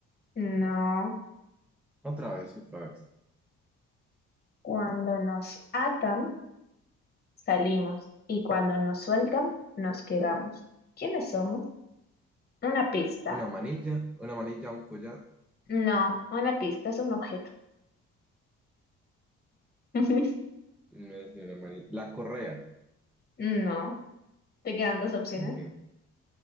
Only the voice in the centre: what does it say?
Otra vez, otra vez.
Una manilla, una manilla, un collar.
No es ni una mani- La correa.
¿Cómo que?